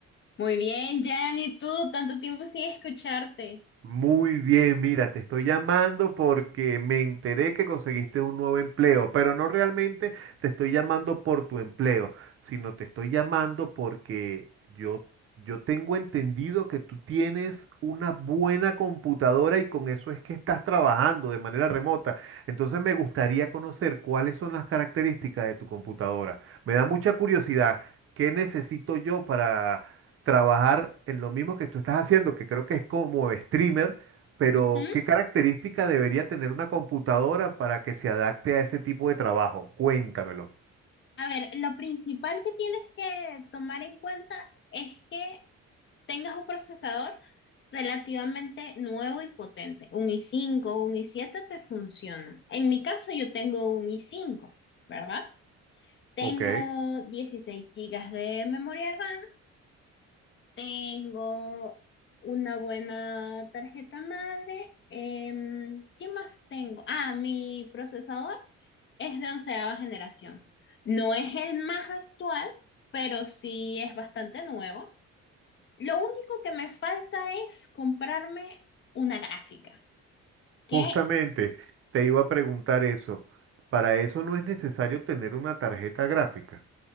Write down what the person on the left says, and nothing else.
Muy bien, Jan, ¿y tú? Tanto tiempo sin escucharte.
Ujú.
A ver, lo principal que tienes que tomar en cuenta es que tengas un procesador relativamente nuevo y potente. Un i cinco un i siete te funcionan. En mi caso, yo tengo un i cinco ¿verdad? Tengo
16 gigas de memoria RAM, tengo una buena tarjeta madre. em, ¿qué más tengo? Ah, mi procesador es de onceava generación. No es el más actual, pero sí es bastante nuevo. Lo único que me falta es comprarme una gráfica, que